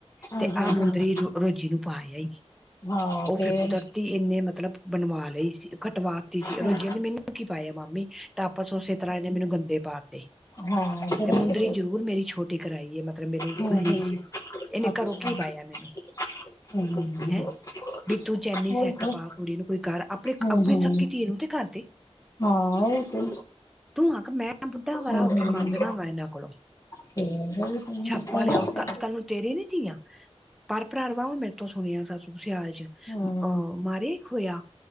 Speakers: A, in the centre; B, on the left.
A: ਤੇ
B: ਹਮ ਹਮ
A: ਆਹ ਮੁੰਦਰੀ
B: ਹਮ
A: ਰ ਰੋਜ਼ੀ ਨੂੰ ਪਾ ਆਈ ਹੀ
B: ਹਾਂ
A: ਉਹ
B: ਫੇਰ
A: ਫਿਰ ਕੁਦਰਤੀ ਇੰਨੇ ਮਤਲਬ ਬਣਵਾ ਲਈ ਸੀ ਕਟਵਾ ਤੀ ਸੀ
B: ਹਮ
A: ਰੋਜ਼ਿਆਂ ਦੀ ਮੈਨੂੰ ਕੀ ਪਾਇਆ ਮਾਮੀ ਟਾਪਸ ਉਸੇ ਤਰ੍ਹਾਂ ਇਹਨੇ ਮੈਨੂੰ ਗੰਦੇ ਪਾਤੇ
B: ਹਾਂ ਫੇਰ
A: ਤੇ
B: ਉਹੀ
A: ਮੁੰਦਰੀ ਜ਼ਰੂਰ ਮੇਰੀ ਛੋਟੀ ਕਰਾਈ ਹੈ ਮਤ ਮੈਨੂੰ
B: ਹਮ
A: ਖੁੱਲੀ
B: ਹਮ
A: ਸੀ ਇਹਨੇ
B: ਅੱਛਾ
A: ਘਰੋਂ ਕੀ ਪਾਇਆ ਮੈਨੂੰ
B: ਹਮ
A: ਹੈਂ ਵੀ ਤੂੰ ਚੈਨੀ ਸੈੱਟ
B: ਉਹੀ ਤੇ
A: ਪਾ ਕੁੜੀ ਨੂੰ ਕੋਈ ਕਰ ਆਪਣੇ
B: ਹਮ
A: ਆਪਣੀ
B: ਹਮ
A: ਸਕੀ ਧੀ ਨੂੰ ਤੇ ਕਰਦੇ
B: ਹਾਂ ਇਹ ਤੇ
A: ਤੂੰ ਆਖ ਮੈਂ। ਬੁੱਢਾ ਵਾਰਾ
B: ਹਮ
A: ਹੋ
B: ਹਮ
A: ਕੇ ਮੰਗਣਾ ਵਾ ਇਹਨਾਂ ਕੋਲੋਂ
B: ਫੇਰ ਉਹੀ
A: ਛਾਪਾ ਲਿਆਓ
B: ਤੇ
A: ਕੱਲ ਕੱਲ ਨੂੰ ਤੇਰੇ ਨਹੀ ਧੀਆਂ। ਪਰ ਭਰਾ ਵਾਹਵਾ ਮੇਰੇ ਤੋਂ ਸੁਣਿਆ ਸਸੂ ਸਿਆਲ ਚ
B: ਹਮ
A: ਅਹ ਮਾਰੇ ਹੋਇਆ।